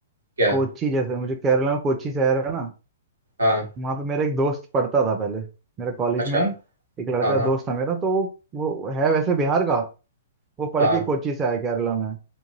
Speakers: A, on the right; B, on the right.
A: क्या
B: कोची जैसे मुझे केरला में कोची शहर है ना
A: हाँ
B: वहाँ पे मेरा एक दोस्त पढ़ता था पहले मेरे कॉलेज
A: अच्छा
B: में ही एक लड़का
A: हाँ हाँ
B: दोस्त था मेरा तो वो वो है वैसे बिहार का वो पढ़
A: हाँ
B: के कोची से आया केरला में